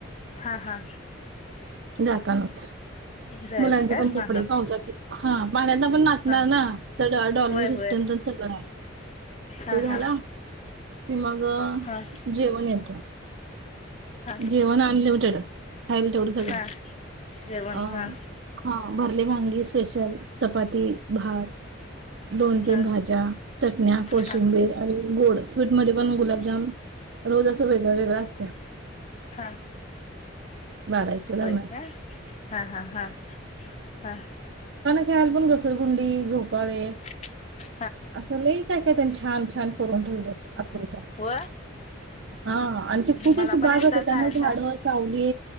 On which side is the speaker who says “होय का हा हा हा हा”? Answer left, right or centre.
Left